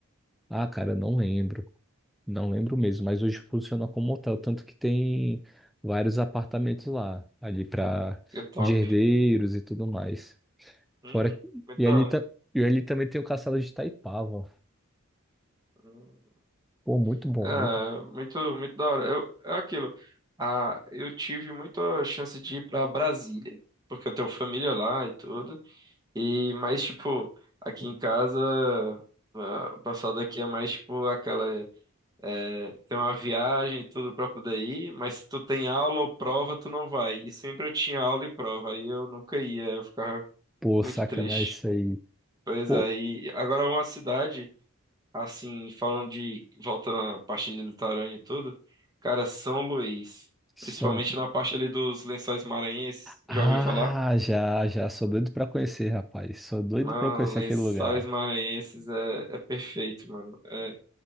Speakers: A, in the centre; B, on the right (about 15°).
A: Ah, cara, não lembro. Não lembro mesmo, mas hoje funciona como hotel, tanto que tem vários apartamentos lá, ali para
B: Que top.
A: de herdeiros e tudo mais.
B: Uhum.
A: Fora, que-
B: Muito
A: e
B: da
A: ali,
B: hora.
A: ta- e ali também tem o castelo de Itaipava.
B: Uhum.
A: Pô, muito bom,
B: É,
A: muito. bom.
B: muito, muito da hora. Eu, é aquilo. Ah, eu tive muita chance de ir pra Brasília, porque eu tenho família lá e tudo. E, mas, tipo, aqui em casa, ah, o pessoal daqui é mais, tipo, aquela. É, tem uma viagem e tudo pra poder ir, mas se tu tem aula ou prova, tu não vai. E sempre eu tinha aula e prova, aí eu nunca ia, eu ficava
A: Pô,
B: muito
A: sacanagem
B: triste.
A: isso aí.
B: Pois
A: Pô,
B: aí, agora uma cidade. Assim, falando de, voltando à parte de litorânea e tudo, cara, São Luís,
A: são.
B: principalmente na parte ali dos Lençóis Maranhenses,
A: Ah,
B: já ouviu falar?
A: já, já. Sou doido pra conhecer, rapaz. Sou doido
B: Mano,
A: pra conhecer
B: Lençóis
A: aquele lugar.
B: Maranhenses é, é perfeito, mano. É,